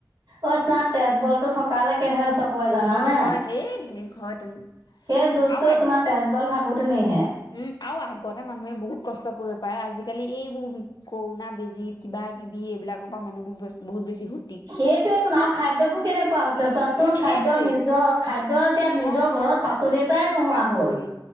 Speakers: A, on the right (about 60°); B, on the left (about 65°).
A: ঐ চোৱা তেজবলটো থকালেকেহে চবই জানানে।
B: হয় হয় সেই সেই হয় তুম
A: সেই যুচটো
B: আৰু আজি
A: তোমাৰ তেজবল থাকোতে নিহে।
B: উম আৰু আগতে মানুহে বহুত কষ্ট কৰিব পাৰে আজিকালি এইবোৰ কৰুণা বেজি কিবা কিবি এইবিলাকৰ পৰা মানুহবোৰ বহুত বেছি হয়
A: সেইটোয়েতো আৰু খাদ্যবোৰ কেনেকুৱা হৈছে চোৱাচোন
B: উম
A: খাদ্য
B: সেইটোৱেই
A: নিজৰ খাদ্য এতিয়া নিজৰ
B: অ
A: ঘৰত পাচলি এটাই নোহোৱা
B: পাচলি
A: হ'ল।